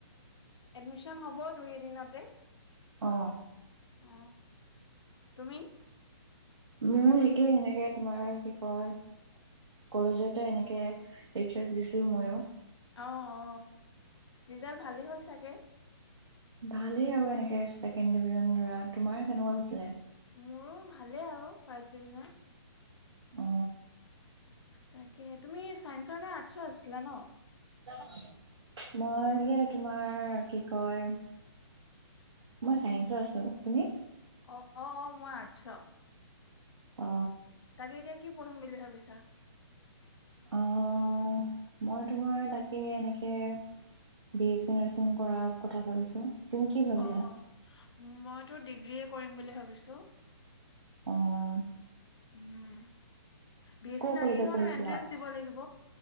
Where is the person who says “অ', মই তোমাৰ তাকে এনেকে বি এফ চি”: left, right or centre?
Right